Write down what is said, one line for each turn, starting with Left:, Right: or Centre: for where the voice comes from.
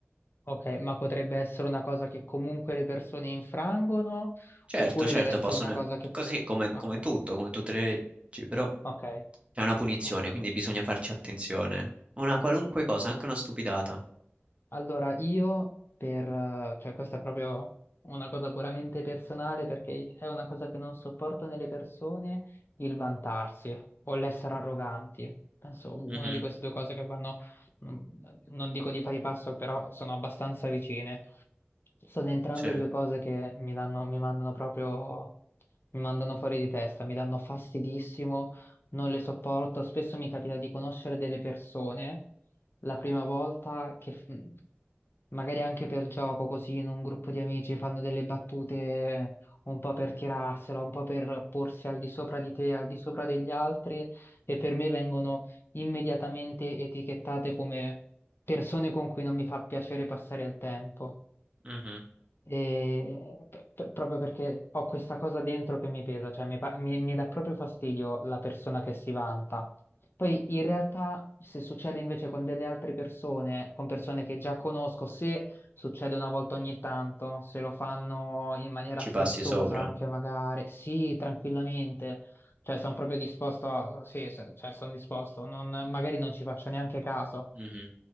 Left: Ok, ma potrebbe essere una cosa che comunque le persone infrangono,
Right: Certo,
Left: oppure
Right: certo,
Left: deve essere
Right: possono,
Left: una cosa che...
Right: così come,
Left: Ok,
Right: come tutto, come tutte le leggi, però
Left: ok, ok.
Right: c'è una punizione,
Left: ok.
Right: quindi bisogna farci attenzione. Una qualunque cosa, anche una stupidata.
Left: Allora io per... eh, cioè questa è proprio una cosa puramente personale perché è una cosa che non sopporto nelle persone, il vantarsi o l'essere arroganti. Penso una
Right: Mhm,
Left: di queste due cose che vanno, non non dico di pari passo, però sono abbastanza vicine. Sono entrambe
Right: sì,
Left: due cose che mi danno, mi mandano proprio, mi mandano fuori di testa, mi danno fastidissimo, non le sopporto. Spesso mi capita di conoscere delle persone la prima volta che f- magari anche per gioco, così in un gruppo di amici fanno delle battute un po' per tirarsela, un po' per porsi al di sopra di te, al di sopra degli altri e per me vengono immediatamente etichettate come persone con cui non mi fa piacere passare il tempo.
Right: mhm.
Left: E p- p- proprio perché ho questa cosa dentro che mi pesa, cioè mi, pa- mi- mi dà proprio fastidio la persona che si vanta. Poi in realtà se succede invece con delle altre persone, con persone che già conosco, se succede una volta ogni tanto, se lo fanno in maniera
Right: Ci
Left: scherzosa
Right: passi sopra.
Left: anche magari, sì, tranquillamente, cioè, sono proprio disposto a... Sì, se- cioè, sono disposto. Non, magari non ci faccio neanche caso.
Right: Mhm,